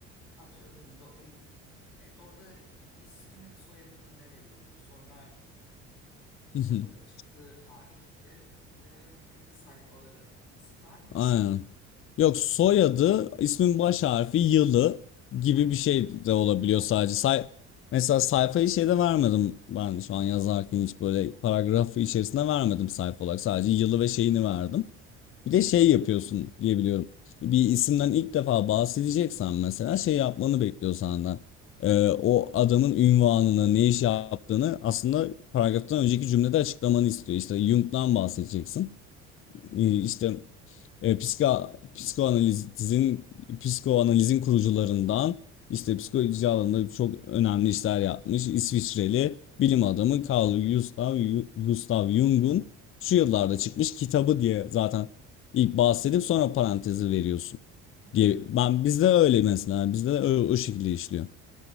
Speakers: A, on the left (about 80°); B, on the left (about 35°).
A: atıyorum do, bin, ne, orada ismini mi soyadını mı ne veriyorduk? Sonra Kitabın
B: <laughs>
A: çıktığı tarihte bir de neydi sayfaları. İsim vermiyor
B: Aynen.
A: muyduk yoksa?
B: Yok soyadı, ismin baş harfi, yılı gibi
A: Her yılın
B: bir şey de olabiliyor
A: bir de sayfası.
B: sadece. Say mesela sayfayı şeyde vermedim ben şu an yazarken hiç böyle paragrafı içerisinde vermedim sayfa olarak. Sadece yılı ve şeyini verdim. Bir de şey yapıyorsun diye biliyorum. Bir isimden ilk defa bahsedeceksen mesela şey yapmanı bekliyor senden. Ee, o adamın ünvanını, ne iş yaptığını aslında paragraftan önceki cümlede açıklamanı istiyor. İşte Jung'dan bahsedeceksin
A: Hmm.
B: e, işte e, psika, psikoanalizin psikoanalizin kurucularından işte psikoloji alanında çok önemli işler yapmış İsviçreli bilim adamı Carl Gustav Gustav Jung'un şu yıllarda çıkmış kitabı diye zaten ilk bahsedip sonra parantezi veriyorsun
A: Hmm.
B: diye. Ben bizde öyle mesela bizde de o, o şekilde işliyor.